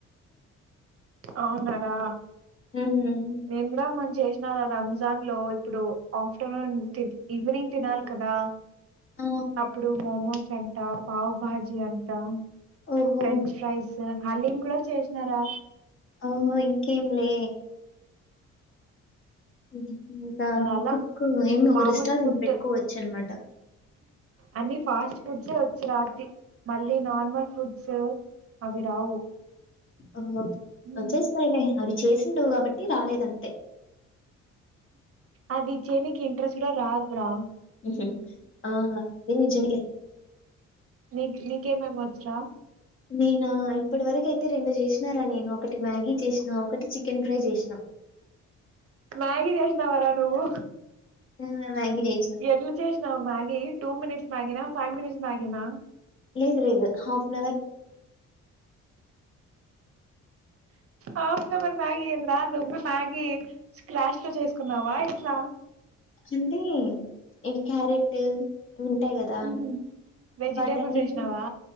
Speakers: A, on the right; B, on the left.
A: అవునార
B: మ్మ్.
A: మేము కూడా మనం చేసినా రమ్ జాన్ లో ఇప్పుడు ఆఫ్టర్నూన్ ఈవినింగ్ తినాలి కదా
B: ఆ,
A: అప్పుడు మోమోస్ అంట పావ్ భాజీ అంట
B: ఓహో
A: ఫ్రెంచ్ ఫ్రైస్ హలీం కూడా చేసినారా
B: ఓహో ఇంకేంలే ఉ ఇంకా
A: అలా అలా
B: కుక్ ఏమి ఒక
A: మామూలు
B: రెస్టారెంట్
A: ఫుడ్
B: పెట్టుకోవచ్చు అనమాట
A: అన్ని ఫాస్ట్ ఫుడ్స్ే వచ్చు రాతి మళ్ళీ నార్మల్ ఫుడ్స్ అవి రావు
B: ఆ
A: ఉమ్.
B: వచ్చేస్తాయ్ లే అది చేసిండవు కాబట్టి రాలేదంతే
A: అది చేనికి ఇంట్రెస్ట్ కూడా రాదురా
B: హు హు ఆ అది నిజమే లే
A: మీ మేకేమేమి వచ్చు రా
B: నేనా ఇప్పటి వరకు అయితే రెండు చేసినారా నేను ఒకటి మ్యాగీ చేసినా ఒకటి చికెన్ ఫ్రై చేసినా
A: మ్యాగి చేసినావ రా నువ్వు
B: ఆ! మ్యాగీ జేసినా.
A: ఎట్ల చేసినావు మ్యాగీ టూ మినిట్స్ మ్యాగినా ఫైవ్ మినిట్స్ మ్యాగినా
B: లేదు లేదు హాఫ్ <unintelligible>
A: అవుగా మరి మ్యాగీ ఏందా నువ్వు మ్యాగీ స్క్రాష్ లో చేసుకున్నావా ఎట్లా
B: అంటే ఇవి క్యారెట్ ఉంటాయి కదా
A: ఉహు. వెజిటేబుల్స్
B: వాటన్నిటిని
A: వేసినావా